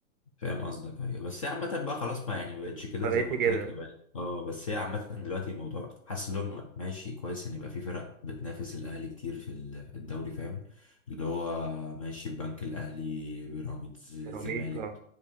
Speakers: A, on the left; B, on the right.
A: فاهم قصدك ايوه بس هي عامة بقى خلاص ما يعني بقتش كده
B: ما بقتش
A: زي ما قلت
B: كده
A: لك بقى اه بس هي عامة دلوقتي الموضوع حاسس ان هم ماشي كويس ان يبقى في فرق بتنافس الاهلي كتير في ال- في الدوري فاهم اللي هو ماشي البنك الاهلي بيراميدز الزمالك
B: سيراميكا